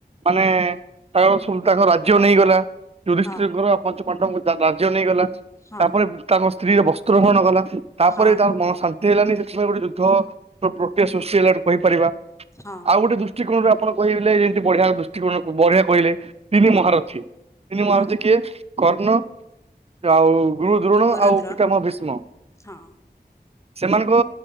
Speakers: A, on the right; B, on the left.
A: ମାନେ ତାଙ୍କର ତାଙ୍କ ରାଜ୍ୟ ନେଇଗଲା। ଟୁରିଷ୍ଟଙ୍କର
B: ହଁ
A: ପଞ୍ଚ ପାଣ୍ଡ ରାଜ୍ୟ ନେଇଗଲା
B: ହଁ
A: ତାପରେ। ତାଙ୍କ ସ୍ତ୍ରୀରେ ବସ୍ତ୍ର ଧରଣ କଲା ତାପରେ
B: ହଁ
A: ତାର ମନ ଶାନ୍ତି। ହେଲାନି ସେଥିପାଇଁ ଗୋଟେ ଯୁଦ୍ଧ ପ୍ରକ୍ରୟା ସୃଷ୍ଟି ହେଲା ଗ କହିପାରିବା
B: ହଁ
A: ଆଉ ଗୋଟେ ଦ। ଦୃଷ୍ଟିକୋଣରେ ଆପଣ କହିଲେ ଯେମିତି ବଢିଆ ଦୃଷ୍ଟିକୋଣ ବଢିଆ କହିଲେ ତିନି ମହାରଥୀ। ତିନି ମ
B: ହଁ
A: ଆସଛି କିଏ କର୍ଣ୍ଣ ଆଉ ଗୁରୁ ଦ୍ରୋଣ
B: ଗୋରୁଦ୍ରୋଣ
A: ଆଉ ପିଠା ମ ଭୀଷ୍ମ।
B: ହଁ।
A: ସେମାନଙ୍କ